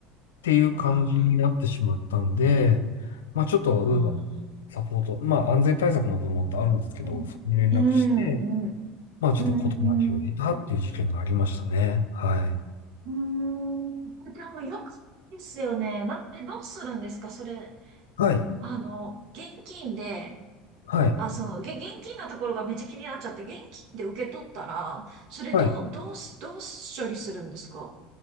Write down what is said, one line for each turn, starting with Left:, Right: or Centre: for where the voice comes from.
Left: ていう感じになってしまったんで、
Right: うわ
Left: まあ、ちょっと、
Right: あ、
Left: ウーバーサポート、まあ、安全対策の部門ってあるんですけど、
Right: うん、
Left: そこに連絡して、
Right: うん、うん、
Left: まあ、ちょっと事なきを得たっていう事件がありましたね。
Right: うん、うん。
Left: はい。
Right: うんでもよくですよね。な、え、どうするんですかそれ、
Left: はい、
Right: あの、現金で、
Left: はい、
Right: あ、そう、げ、現金のところがめっちゃ気になっちゃって、現金で受け取ったら、それどう、
Left: はい。
Right: どうす、どう処理するんですか